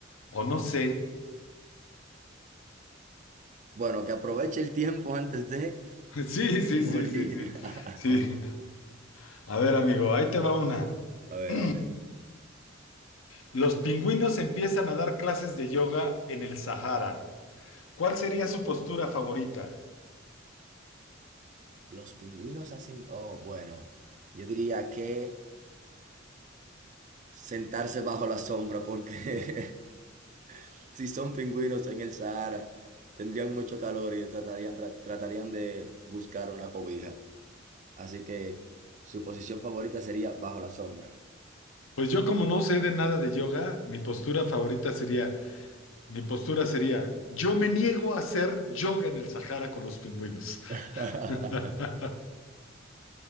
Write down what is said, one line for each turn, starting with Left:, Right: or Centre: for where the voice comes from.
Left: o no sé.
Right: Bueno, que aproveche el tiempo antes de
Left: <laughs> Sí, sí,
Right: morir.
Left: sí, sí, sí. Sí.
Right: <laughs>
Left: A ver, amigo, ahí te va una.
Right: A ver,
Left: <clears throat>
Right: a ver.
Left: Los pingüinos empiezan a dar clases de yoga en el Sahara. ¿Cuál sería su postura favorita?
Right: Los pingüinos hacen... Oh, bueno. Yo diría que sentarse bajo la sombra porque <laughs> si son pingüinos en el Sahara, tendrían mucho calor y tratarían, tra- tratarían de buscar una cobija. Así que su posición favorita sería bajo la sombra.
Left: Pues yo como no sé de nada de yoga, mi postura favorita sería, mi postura sería, yo me niego a hacer yoga en el Sahara con los pingüinos.
Right: <laughs>
Left: <laughs>